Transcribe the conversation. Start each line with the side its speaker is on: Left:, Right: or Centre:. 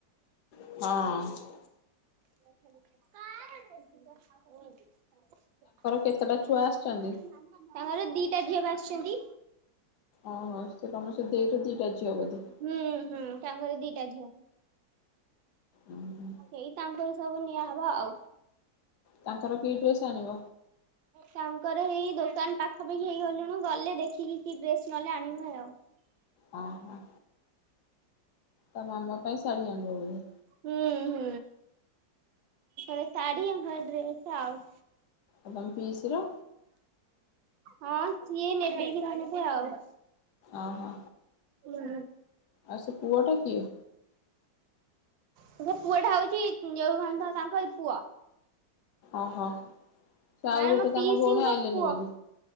Left: ହଁ।
Right: <inaudible> ତାଙ୍କର
Left: କେତେଟା ଛୁଆ ଆସିଛନ୍ତି?
Right: ଦିଟା ଝିଅ ବା ଆସିଛନ୍ତି।
Left: ଓହୋ ସେ ତମର ସେ ଦେଇର ଦିଟା ଝିଅ ବୋଧେ।
Right: ହୁଁ ହୁଁ ତାଙ୍କର ଦିଟା ଝିଅ।
Left: ଓହୋ।
Right: ଏଇ ତାଙ୍କରି ସବୁ ନିଆହବ ଆଉ
Left: ତାଙ୍କର କି ଡ୍ରେସ୍ ଆଣିବ?
Right: ତାଙ୍କର ଏଇ ଦୋକାନ ପାଖାପାଖି ହେଇଗଲୁଣିୁ ଗଲେ ଦେଖିକି କି ଡ୍ରେସ ନଲେ ଆଣିବ ଆଉ
Left: ହଁ ହଁ। ତା ମାମା ପାଇଁ ଶାଢୀ ଆଣିବ ବୋଧେ।
Right: ହୁଁ ହୁଁ। ରେ ଶାଢୀ ଆ ଘର ଡ୍ରେସ ଆଉ
Left: ଆଉ ତମ ପିଇସି ର
Right: ହଁ ସିଏ ନେବେ କି ନ ଆଉ
Left: ଅ ହଁ
Right: ହୁଁ
Left: ଆଉ ସେ ପୁଅଟା କିଏ?
Right: ସେ ପୁଅ ଟା ହଉଛି <inaudible> ତାଙ୍କ ପୁଅ।
Left: ଅ ହ। ସେ ଆଉ
Right: ମାନେ
Left: ଗୋଟେ
Right: ମୋ
Left: ତାଙ୍କ
Right: ପିଇସିଙ୍କ
Left: ଭଉଣୀ ଆଇଲେନି
Right: ପୁଅ
Left: ବୋଧେ